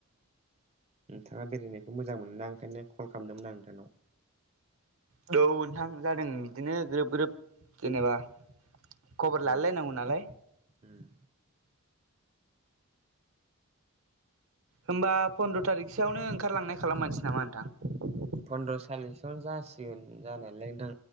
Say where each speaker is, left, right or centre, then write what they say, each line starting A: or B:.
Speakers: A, on the right (about 30°); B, on the right (about 70°).
A: नोंथाङा बेरायनायखौ मोजां मोन ना ओंखायनो कल खालामदोंमोन आं नोंथांनाव
B: औ नोंथां जादों बिदिनो ग्रोब ग्रोब जेनेबा खबर
A: उम
B: लालाय लायनांगौ नालाय
A: उम
B: होमबा पन्द्र' थारिखसोआवनो ओंखारलांनाय खालाम मारनोसै नामा नोंथां
A: फन्द्र' सालिसन जासिगोन जानायालाय नोंथां